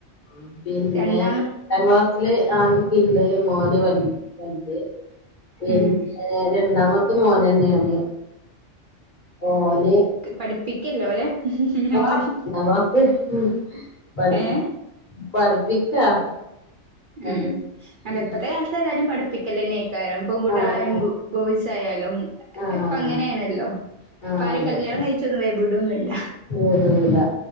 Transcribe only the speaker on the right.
രണ്ടാമ
ഉം
പഠിപ്പിക്കില്ലോലെ? ഇഞ്ഞോലിം
ഏഹ്
ഉം അല്ല
ഇപ്പത്തെ കാലത്ത് ഏതായാലും പഠിപ്പിക്കലേന്നേക്കാരം പെൺകുട്ടികളായലും
ബോയ്സായാലും
ഇപ്പങ്ങനെയാണല്ലോ?
ഇപ്പാരിം
കല്യാണം കഴിച്ചൊന്നും വേം ബിടൊന്നുല്ല